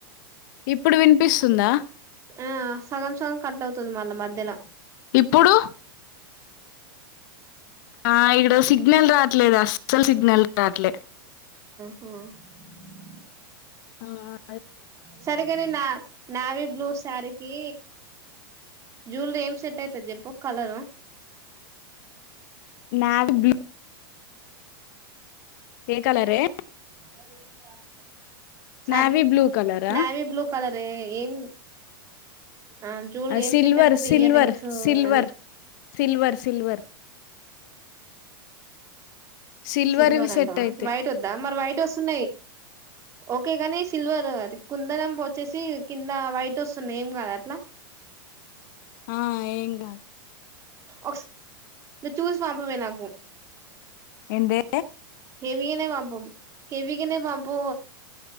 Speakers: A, on the left; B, on the right.
A: ఇప్పుడు వినిపిస్తుందా
B: ఆ సగం సగం కట్ అవుతుంది మళ్ళ మధ్యల
A: ఇప్పుడు ఆ ఇక్కడ సిగ్నల్ రావట్లేదు అస్సలు సిగ్నల్ రాట్లే
B: మ్మ్
A: ఆ ఆ
B: సరేకనీ నా నావి బ్లూ శారీకి జువెలరీ ఏం సెట్ అవుతుది చెప్పు కలరు
A: నావి బ్లూ ఏ కలరే
B: అ <unintelligible> సర
A: నావీ బ్లూ కలరా
B: నావిబ్లూ కలర్ ఏం ఆ జ్యూవెర ఏం
A: సిల్వర్
B: సెట్ అయితది
A: సిల్వర్
B: ఇయర్ రింగ్స్
A: సిల్వర్
B: అని
A: సిల్వర్ సిల్వర్ సిల్వర్వి
B: సిల్వర్ అంటావా
A: సెట్ అయితే
B: వైట్ వద్దా మరి వైట్ వస్తున్నాయి ఓకే కాని సిల్వర్ అది కుందనం వచ్చేసి కింద వైట్ వస్తున్నాయి ఏం కాదా అట్లా
A: ఆ ఎమ్ గాదు
B: ఒకాస్ నువ్ చూసి పంపవే నాకు
A: ఏందే
B: హెవీగానే పంపు హెవీ గానే పంపు